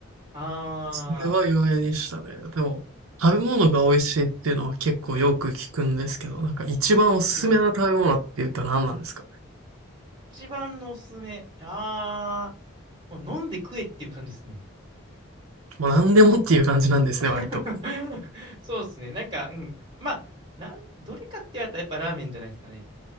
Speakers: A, on the right (about 25°); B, on the right (about 85°).
A: あ
B: それは意外でしたね。でも、
A: ー、
B: 食べ物が美味しいっていうのは結構よく聞くんですけど、
A: はい。
B: なんか一番おすすめな食べ物って言うと何なんですか
A: 聞きますよね。一番のおすすめ。あー、もう飲んで食えっていう感じですね。
B: もう何でもっていう感じなんですね、
A: <laughs>
B: 割と。
A: そうですね。なんか、うん。まあ、なん、どれかって言われたらやっぱラーメンじゃないですかね。